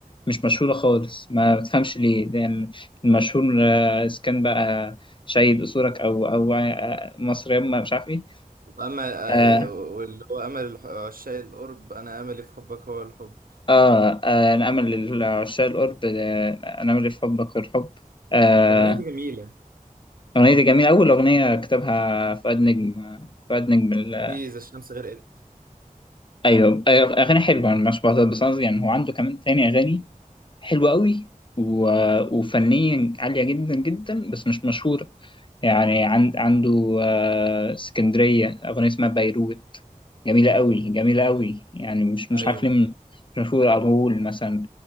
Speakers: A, on the left; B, on the right.
A: مش مشهورة خالص ما بتفهمش ليه لأن المشهور آه، إذا كان بقى شهيد أصولك أو أو آه، مصر يما مش عارف إيه
B: أما
A: آه،
B: آه، واللي هو أمل الح- عشاق القرب أنا أملي في حبك هو الحب
A: آه, آه نعمل لعشاق القرب آه، نعمل لحبك الحب آه
B: الأغنية دي جميلة
A: الأغنية دي جميلة أول أغنية كتبها فؤاد نجم آه، فؤاد نجم ال-
B: في إذا الشمس غرقت
A: أيوه أيوة، أغاني حلوة أنا مش بعترض بس قصدي يعني هو عنده كمان تاني أغاني حلوة قوي و... وفنيا عالية جدا جدا بس مش مشهورة يعني عند... عنده آه، اسكندرية أغنية اسمها بيروت جميلة قوي جميلة قوي يعني مش مش
B: أيوه
A: عارف ليه م- مش مشهورة أغول مثلا